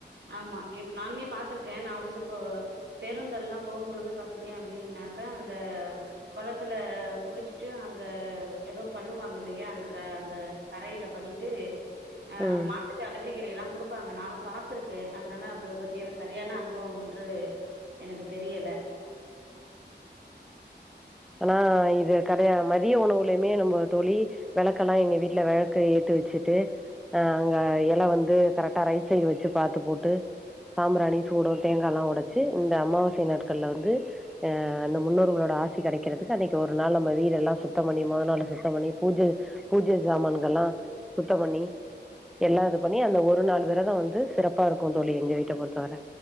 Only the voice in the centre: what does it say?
ம்
அனா இது கிடையா மதிய உணவுலயுமே நம்ம தோழி வெளக்கெலா எங்க வீட்ல வெளக்க ஏத்து வச்சுட்டு அ அங்க இல வந்து கரெக்டா ரைட் சைடு வச்சு பாத்து போட்டு சாம்புராணி சூடோ தேங்காலா ஒடைச்சி இந்த அமாவாசை நாட்கள்ல வந்து அ அந்த முன்னோர்களோட ஆச டி கெடைக்குறதுக்கு அன்னைக்கு ஒரு நாள் நம்ம வீடெல்லா சுத்தம் பண்ணி மொதநாளு சுத்தம் பண்ணி பூஜ பூஜ ஜாமானுங்கல்லா சுத்தம் பண்ணி எல்லா இது பண்ணி அந்த ஒரு நாள் விரதொ வந்து சிறப்பா இருக்கு தோழி எங்க வீட்ட பொறுத்தவரை